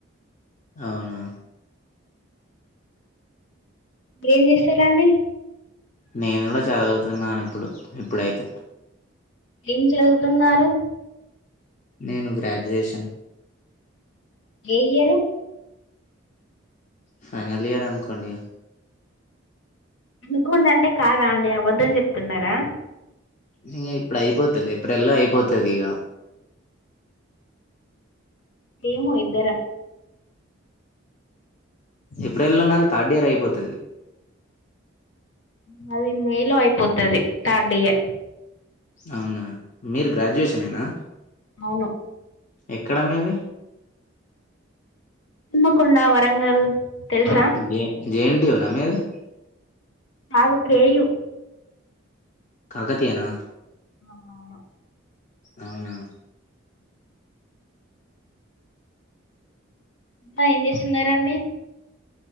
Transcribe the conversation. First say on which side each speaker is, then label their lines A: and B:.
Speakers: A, on the left; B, on the left.
A: అవున
B: ఏం చేస్తరండి?
A: నేను కూడా చదువుతున్నాను ఇప్పుడు ఇప్పుడైతే
B: ఏం చదువుతున్నారు?
A: నేను గ్రాడ్యుయేషన్.
B: ఏ ఇయరు
A: ఫైనల్ ఇయర్ అన్కోండి.
B: అనుకోండంటె కాదా అండి, అబద్ధం చెప్తున్నారా?
A: ఇగ ఇప్పుడు అయిపోతది ఏప్రిల్ల్లో అయిపోతుది ఇగ
B: సేము ఇద్దరం
A: ఏప్రిల్ లో నాది థర్డ్ ఇయర్ అయిపోతది.
B: నాది మే లో అయిపోతది థర్డ్ ఇయర్.
A: అవునా మీరు గ్రాడ్యుయేషన్ ఏనా?
B: అవును
A: ఎక్కడ మీది?
B: హన్మకొండ వరంగల్ తెలుసా
A: J J N T U న మీది
B: కాదు కే యు
A: కాకతీయనా
B: అలో
A: అవున
B: అ ఏం చేస్తున్నరండి.